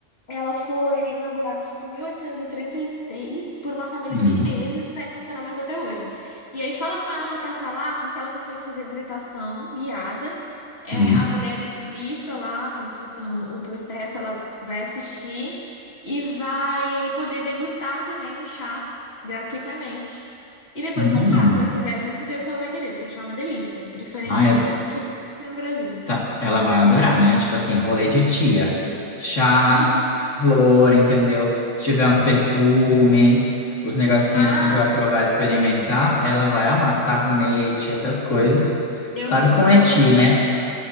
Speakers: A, on the left; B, on the left.
A: ela foi inaugurada, acho que em 1836, por uma família
B: Hum,
A: de chineses e está em funcionamento até hoje. E aí fala com ela para passar lá, porque ela consegue fazer visitação guiada. É,
B: hum,
A: a mulher explica lá como funciona o processo, ela vai assistir e vai poder degustar também o chá gratuitamente. E depois
B: hum.
A: comprar, se ela quiser. Eu tenho certeza que ela vai querer, porque o chá é uma delícia. Diferente
B: Ai,
A: de tudo, tudo que tem no Brasil.
B: Sa- Ela vai adorar, né? Tipo assim, rolê de tia. Chá,
A: <laughs>
B: flor, entendeu? Se tiver uns perfumes, os negocinhos
A: Ah,
B: assim pra provar, experimentar, ela vai amar. Sabonete, essas coisas.
A: eu
B: Sabe
A: recomendo
B: como é tia, né?